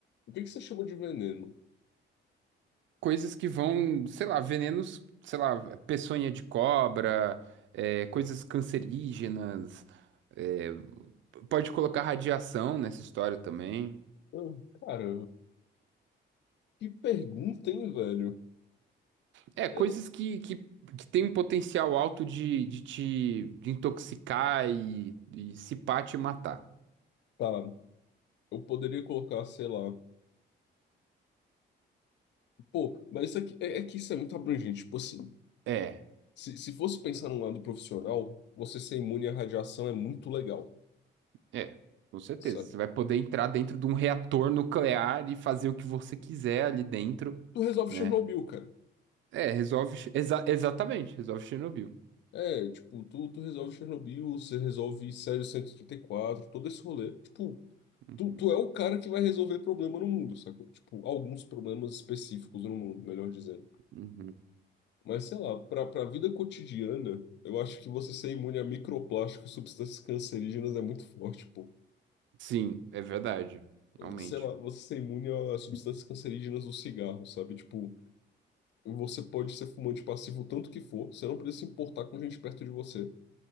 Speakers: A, on the left (about 60°); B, on the right (about 70°).
A: o que que você chama de veneno?
B: Coisas que vão, sei lá, venenos, sei lá, peçonha de cobra, é, coisas cancerígenas. é, Pode colocar radiação nessa história também.
A: Ah, cara, que pergunta, hein, velho?
B: É, coisas
A: É,
B: que, que, que tem um potencial alto de, de te de intoxicar e, e se pá, te matar.
A: Tá, eu poderia colocar, sei lá. Pô, mas isso aqui, é, é que isso é muito abrangente. Tipo assim,
B: É,
A: se, se fosse pensar num lado profissional, você ser imune à radiação é muito legal,
B: é, com certeza.
A: sabe?
B: Você vai poder entrar dentro de um reator nuclear e fazer o que você quiser ali dentro,
A: Tu resolve
B: né?
A: Chernobyl, cara.
B: É, resolve. exa- exatamente, resolve Chernobyl.
A: É, tipo, tu, tu resolve Chernobyl, você resolve Sério cento e e trinta e quatro todo esse rolê. Tipo,
B: Uhum,
A: tu, tu é o cara que vai resolver problema no mundo, sacou? Tipo, alguns problemas específicos no mundo, melhor dizendo.
B: uhum.
A: Mas sei lá, para para a vida cotidiana, eu acho que você ser imune a microplásticos e substâncias cancerígenas é muito forte, pô.
B: Sim, é verdade, realmente.
A: Sei lá, você ser imune a substâncias cancerígenas do cigarro, sabe? Tipo, você pode ser fumante passivo o tanto que for, você não precisa se importar com gente perto de você,